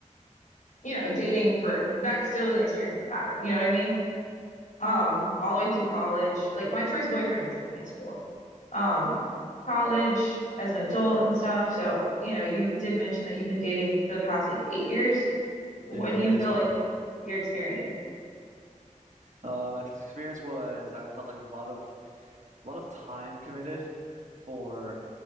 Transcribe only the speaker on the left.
you know, dating for that still was an experience that mattered. You know what I mean? Um, all the way through college. Like my first boyfriend was like in high school. Um, college as an adult and stuff. So, you know, you did mention that you've been dating for the past like eight years. What
do you
feel like your experience?